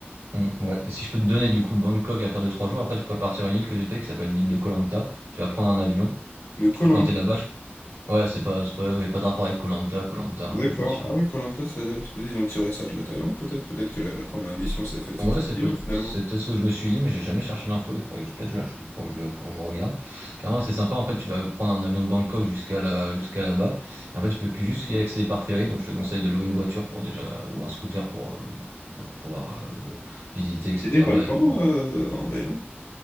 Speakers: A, on the right; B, on the left.
A: Mm, ouais. Et si je peux te donner, du coup, Bangkok à faire deux trois jours, après, tu pourrais partir à une île que j'ai fait qui s'appelle l'île de Koh Lanta. Tu vas prendre un avion.
B: De koh
A: Et quand tu es là-bas, Ouais, c'est pas c'est pas y a pas de rapport avec koh lanta
B: D'accord.
A: à l'émission.
B: Ah oui, koh ça, ça- ils ont tiré ça de la Thaïlande, peut-être. Peut-être que la, la première émission s'est faite sur
A: Ouais,
B: cette
A: c'est
B: île,
A: peut
B: hein, finalement.
A: c'est peut-être ce que je me suis dit, mais j'ai jamais cherché l'info, il faudrait que je peut-être je la ch- faudrait que je le faudrait que je regarde. carrément c'est sympa en fait, tu vas prendre un avion de Bangkok jusqu'à là, jusqu'à là-bas. Et en fait, tu peux que- juste y accéder par ferry, donc je te conseille de louer une voiture pour déjà ou un scooter pour, euh, bah, pour euh, pouvoir euh, visiter etc.
B: Il y a des volcans
A: Et,
B: euh, en Thaïlande?